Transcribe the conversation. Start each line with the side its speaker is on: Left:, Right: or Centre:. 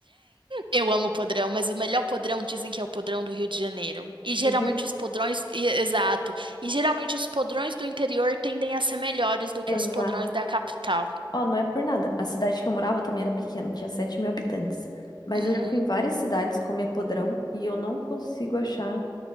Right: Eu amo podrão, mas o melhor podrão dizem que é o podrão do Rio de Janeiro. E
Left: Do
Right: geralmente
Left: Rio?
Right: os podrões, e- exato. E geralmente os podrões do interior tendem a ser melhores do que
Left: Exato.
Right: os podrões da capital.
Left: Ó, não é por nada. A cidade que eu morava também era pequena, tinha 7 mil habitantes. Mas
Right: Uhum,
Left: eu já fui em várias cidades comer podrão e eu não consigo achar